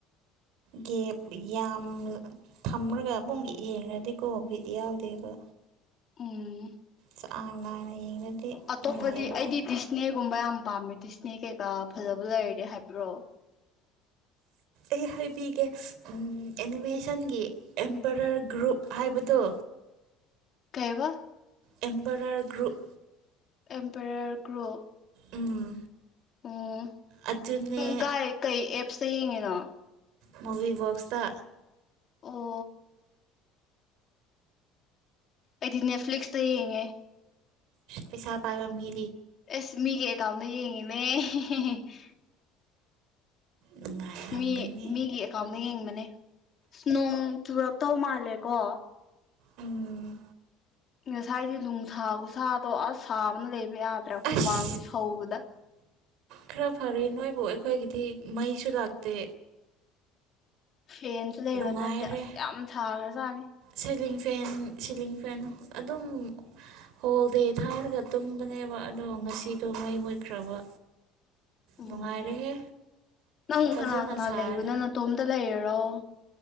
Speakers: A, on the right; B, on the left.
A: ꯒꯦꯞ ꯌꯥꯝ ꯊꯝꯂꯒ ꯑꯕꯨꯡꯒꯤ ꯌꯦꯡꯉꯗꯤ ꯀꯣ ꯚꯤꯠ ꯌꯥꯎꯗꯦꯕ
B: ꯎꯝ
A: ꯆꯥꯡ ꯅꯥꯏꯅ ꯌꯦꯡꯉꯗꯤ
B: ꯑꯇꯣꯞꯄꯗꯤ
A: ꯌꯥꯏꯑꯕ
B: ꯑꯩꯗꯤ ꯗꯤꯁꯅꯦꯒꯨꯝꯕ ꯌꯥꯝ ꯄꯥꯝꯃꯦ ꯗꯤꯁꯅꯦ ꯀꯩ ꯐꯖꯕ ꯂꯩꯔ ꯗꯤ ꯍꯥꯏꯕ꯭ꯔꯣ
A: ꯑꯩ ꯍꯥꯏꯕꯤꯒꯦ ꯑꯦꯅꯤꯃꯦꯁꯟꯒꯤ ꯑꯦꯝꯄꯔꯔ ꯒ꯭ꯔꯨꯞ ꯍꯥꯏꯕꯗꯣ
B: ꯀꯩꯑꯕ
A: ꯑꯦꯝꯄꯔꯔ ꯒ꯭ꯔꯨꯞ
B: ꯑꯦꯝꯄꯦꯔꯔ ꯒ꯭ꯔꯣ
A: ꯎꯝ
B: ꯑꯣ
A: ꯑꯗꯨꯅꯦ
B: ꯅꯪ ꯀꯥꯏ ꯀꯩ ꯑꯦꯞꯁꯇ ꯌꯦꯡꯉꯤꯅꯣ
A: ꯃꯨꯚꯤꯕꯣꯛꯁꯇ
B: ꯑꯣ ꯑꯩꯗꯤ ꯅꯦꯠꯐꯂꯤꯛꯁꯗ ꯌꯦꯡꯉꯦ
A: ꯄꯩꯁꯥ ꯄꯥꯏꯕ ꯃꯤ
B: ꯑꯦꯁ ꯃꯤꯒꯤ ꯑꯦꯀꯥꯎꯟꯗꯒꯤ ꯌꯦꯡꯉꯤ <unintelligible>
A: ꯅꯨꯡꯉꯥꯏꯔꯝꯒꯅꯤ
B: ꯃꯤ ꯃꯤꯒꯤ ꯑꯦꯀꯥꯎꯟꯗ ꯌꯦꯡꯕꯅꯦ ꯑ ꯅꯣꯡ ꯆꯨꯔ ꯇꯧ ꯃꯥꯜꯂꯦꯀꯣ
A: ꯎꯝ
B: ꯉꯁꯥꯏꯗꯤ ꯅꯨꯡꯁꯥ ꯈꯨꯁꯥꯗꯣ ꯑꯁ ꯁꯥꯕꯅ ꯂꯩꯕ ꯌꯥꯗ꯭ꯔꯥ ꯍꯨꯃꯥꯡꯗꯤ
A: ꯑꯁ
B: ꯁꯧꯕꯗ
A: ꯈꯔ ꯐꯔꯦ ꯅꯣꯏꯕꯨ ꯑꯩꯈꯣꯏꯒꯤꯗꯤ ꯃꯩꯁꯨ ꯂꯥꯛꯇꯦ
B: ꯐꯦꯟꯁꯨ ꯂꯩꯕ
A: ꯅꯨꯡꯉꯥꯏꯔꯦ
B: ꯅꯠꯇꯦ ꯑꯁ ꯌꯥꯝ ꯊꯥꯒ꯭ꯔꯖꯥꯠꯅꯤ
A: ꯁꯤꯂꯤꯡ ꯐꯦꯟ ꯁꯤꯂꯤꯡ ꯐꯦꯟ ꯑꯗꯨꯝ ꯍꯣꯜ ꯗꯦ ꯊꯥꯔꯒ ꯇꯨꯝꯕꯅꯦꯕ ꯑꯗꯣ ꯉꯁꯤꯗꯣ ꯃꯩ ꯃꯨꯠꯈ꯭ꯔꯕ
B: ꯎꯝ
A: ꯅꯨꯡꯉꯥꯏꯔꯦꯍꯦ
B: ꯅꯪ
A: ꯐꯖꯅ
B: ꯀꯅꯥ ꯀꯅꯥ
A: ꯁꯥꯔꯦ
B: ꯂꯩꯕꯅꯣ ꯅꯇꯣꯝꯇ ꯂꯩꯔꯤꯔꯣ ꯑꯣ